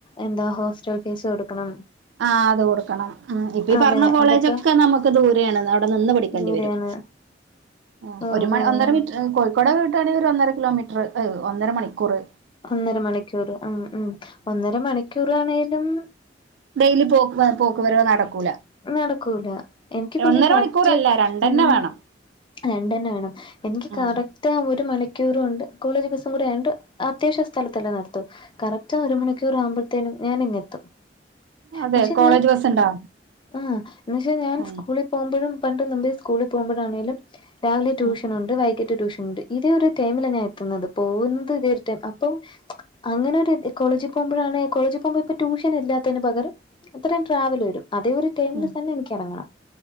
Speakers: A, on the left; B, on the right.
A: എന്താ ഹോസ്റ്റൽ ഫീസ് കൊടുക്കണം.
B: ആഹ് അത് കൊടുക്കണം. ഉം ഇപ്പ ഈ
A: അതെ
B: പർഞ്ഞ കോളേജൊക്കെ
A: അതൊക്കെ
B: നമുക്ക് ദൂരെയാണ് അവിടെ നിന്ന് പഠിക്കേണ്ടി
A: ദൂരെയാണ്
B: വരും. ഉം
A: ഓ
B: ഒരു മ ഒന്നര
A: ഓ
B: മീറ്റർ ഉം കോഴിക്കോടെ കിട്ടാണെങ്കിൽ ഒരു ഒന്നര കിലോമീറ്റർഏഹ് ഒന്നര മണിക്കൂറ്
A: ഒന്നര മണിക്ക്യൂറ് ഉം ഉം ഒന്നര മണിക്ക്യൂറാണേലും
B: ഡെയ്ലി പോക്ക് പോക്ക് വരവ് നടക്കൂല
A: നടക്കൂല എനിക്ക് പിന്നെ
B: ഒന്നര
A: കറക്റ്റ്
B: മണിക്കൂറല്ല രണ്ടെന്നെ
A: ഉം
B: വേണം
A: രണ്ടെന്നെ വേണം എനിക്ക്
B: ഉം
A: കറക്റ്റ്- റ്റ ഒരു മണിക്കൂറ കൊണ്ട് കോളേജ് ബസ്സും കൂടെ ആണ്ട് അത്യാവശ്യ സ്ഥലത്തല്ലേ നിർത്തു കറക്റ്റ് ഒരു മണിക്കൂർ ആകുമ്പത്തിനും ഞാന് ഇങ്ങെത്തും.
B: അതെ
A: പക്ഷെ
B: കോളേജ്
A: ഞാൻ
B: ബസ് ഉണ്ടോ
A: ആ എന്നച്ചാ ഞാൻ
B: ഉം
A: സ്കൂളിൽ പോകുമ്പഴും പണ്ട് മുമ്പ് സ്കൂളി പോകുമ്പഴാണെലും രാവിലെ ട്യൂഷനുണ്ട്
B: ഉം
A: വൈകിട്ട് ട്യൂഷനുണ്ട്. ഇതേ ഒരു ടൈമിലാണ് ഞാൻ എത്തുന്നത് പോകുന്നത് ഇതേ ടൈം അപ്പം അങ്ങനെ ഒരു കോളേജിൽ പോകുമ്പോഴാണ് കോളേജിൽ പോകുമ്പോ ഇപ്പ ട്യൂഷൻ ഇല്ലാത്തന് പകരം ഇത്രേം ട്രാവല് വരും അതേ ഒരു ടൈമിൽ
B: ഉം
A: തന്നെ എനിക്കെറങ്ങണം